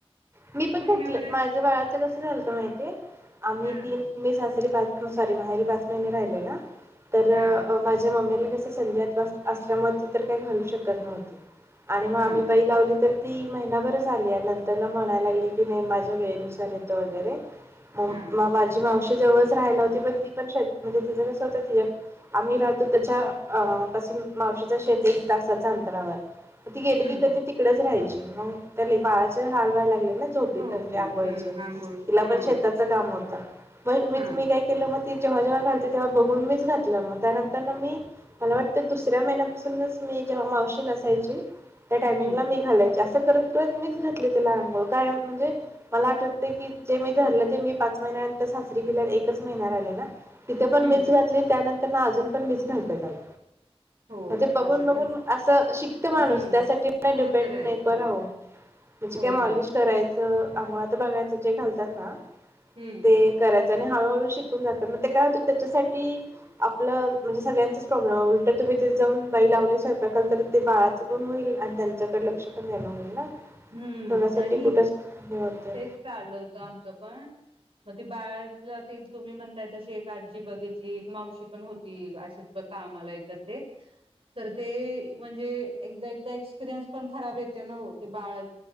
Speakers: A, on the right; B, on the right.
A: मी पण
B: महिनाभराच
A: घातलं माझ बाळाच कस झालंत माहितीये आम्ही
B: हा
A: तीन मी सासरी <unintelligible> माहेरी पाच महिने राहिले ना तर
B: हा
A: माझ्या मम्मीला कस ते संधिवात त्रास असल्यामुळ ती तर काय घाल शकत नव्हती. आणि मग
B: हा
A: आम्ही बाई लावली तर ती महिनाभरच आली आणि नंतर न म्हणायला लागली की नाही माझ्या वेळेनुसार येतो वगैरे म
B: हा
A: माव आजी मावशी जवळच राहायला होती पण ती पण शेत म्हणजे तिचं कसं होतं ती आम्ही राहतो त्याच्या पासून मावशीच शेत एक तासाच अंतरावर म ती गेली
B: हम्म
A: की कधी तिकडेच राहायची. मग त्या लय बाळाचे हाल वायला लागले.
B: ओके
A: <unintelligible> आंघोळचे
B: हम्म आंघोळ
A: तिला
B: हा
A: पण शेताच काम होत. ब मी
B: हा
A: तुम्ही काय केलं म ती जेव्हा जेव्हा घालते तेव्हा बघून मीच घातलं मग त्यानंतर न मी मला वाटतं दुसऱ्या महिन्यापासूनच मी जेव्हा मावशी नसायची. त्या टाइमिंगला
B: हम्म
A: मी घालायची असं. अस करत करत मीच घातले तेला अंघोळ कायम म्हणजे मला आठवत की जे मी धरलं ते मी पाच महिन्यानंतर सासरी गेल्या एकच महिना राहिले ना. तिथं पण
B: हम्म
A: मीच घातली त्यानं- - ना अजून पण मीच घालते त्याला.
B: हो.
A: मग ते बघून
B: असं
A: बघून
B: का
A: असं शिकत माणूस
B: हम्म
A: त्यासाठी नाही
B: हो
A: डिपेंड
B: तर आहे
A: नको
B: हा
A: राहू म्हणजे
B: होय
A: काय मॉलिश
B: ना
A: कराय तर आंघोळ आता बघायचं जे घालतात ना.
B: हम्म
A: ते करायचं आणि हळूहळू शिकून जात. तर मग ते काय होतं त्याच्यासाठी आपलं म्हणजे सगळ्यांच प्रॉब्लेम हाय उलट तुम्ही तिथ जाऊन बाई लावली स्वयंपाकाला तर ते बाळाचं पण होईल आणि त्यांच्याकडे लक्ष पण देणं होईल ना.
B: हम्म.
A: तेवढ्यासाठी
B: नाही
A: कुठंच हे होतंय.
B: तेच चाललं होतं आमचं पण मग ते बाळा -- ला तुम्ही म्हणताय तशी एक आजी बघितली. एक मावशी पण होती अशीच कामला येतात ते तर ते म्हणजे एकदा एकदा एक्सपिरियन्स पण खराब येते ना ओ. ते बाळ